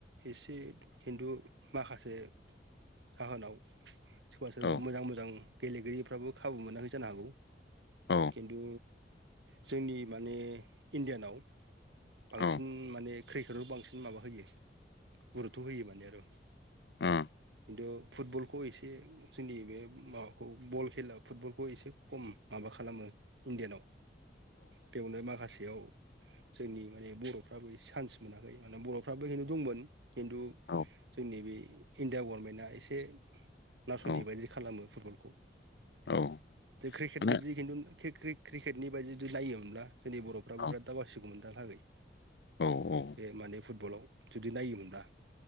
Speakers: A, on the right (about 85°); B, on the left (about 65°).
A: एसे खिन्थु माखासे जाहोनाव सोरबा सोरबा
B: औ
A: मोजां मोजां गेलेगिरिफ्राबो खाबु मोनाखै जानो हागौ।
B: औ।
A: खिन्थु जोंनि माने इण्डियानाव बांसिन
B: ओ
A: माने क्रिकेदआव बांसिन माबा होयो गुरुतथ' होयो माने आरो
B: उम।
A: खिन्थु फुटबलखौ एसे जोंनि बे माबाखौ बल खेला फुटबलखौ एसे खम माबा खालामो। इण्डियानाव बेवनो माखासेयाव जोंनि माने बर'फ्राबो एसे सान्स मोनाखै माने बर'फ्राबो खिन्थु दंमोन खिन्थु
B: औ
A: जोंनि बे इण्डिया गभर्नमेन्टआ एसे नासयनाय
B: औ
A: बायदि खालामो फुटबलखौ।
B: औ
A: क्रिकेट
B: माने
A: बायदि खिन्थु क्रिकेटनि बायदि जुदि नायोमोनब्ला जोंनि बर'फ्राबो
B: औ
A: बिराद दावसिगौमोन दहालागै।
B: औ औ।
A: माने फुटबलाव जुदि नायोमोनब्ला।